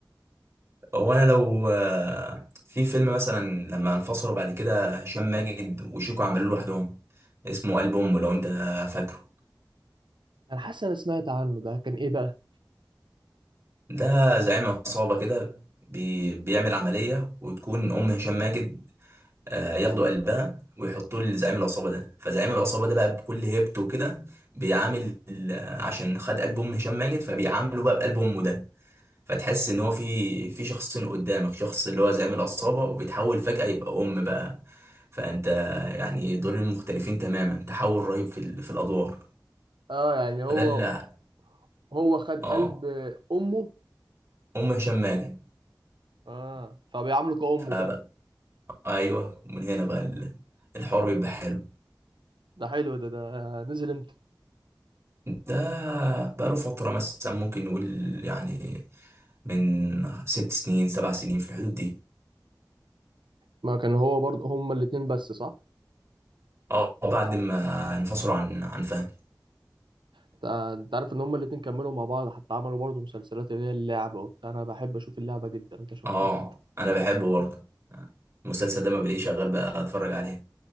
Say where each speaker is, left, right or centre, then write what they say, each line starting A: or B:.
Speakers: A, on the right (about 35°); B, on the right (about 85°).
A: هو انا لو آه، في فيلم مثلا لما انفصلوا بعد كده هشام ماجد وشيكو عملوا لوحدهم اسمه قلب امه لو انت فاكره
B: انا حاسس انا سمعت عنه ده كان ايه بقى
A: ده زعيم عصابه كده بي بيعمل عمليه وتكون ام هشام ماجد آه، ياخدوا قلبها ويحطوه لزعيم العصابه ده فزعيم العصابه ده بقى بكل هيبته كده بيعامل آه، عشان خد قلب ام هشام ماجد فبيعامله بقى بقلب امه ده فتحس ان هو في في شخصين قدامك شخص اللي هو زعيم العصابة وبيتحول فجأة يبقى ام بقى فانت يعني دورين مختلفين تماما تحول رهيب في ال- في الادوار
B: اه يعني هو
A: فده اللي
B: هو خد
A: اه
B: قلب امه
A: ام هشام ماجد
B: اه فبيعامله كأمه
A: فبقى
B: بقى
A: ايوه من هنا بقى ال- الحوار بيبقى حلو
B: ده حلو ده ده نزل امتى
A: ده بقى له فترة مثلا ممكن نقول يعني من ست سنين سبع سنين في الحدود دي
B: ما كان هو برضه هما الاتنين بس صح
A: اه بعد ما انفصلوا عن عن فهمي
B: انت أنت عارف ان هما الاتنين كملوا مع بعض حتى عملوا برضه مسلسلات اللي هي اللعبة وبتاع انا بحب اشوف اللعبة جدا انت شفتها
A: اه انا بحبه برضه المسلسل ده ما بلاقيه شغال بقى اتفرج عليه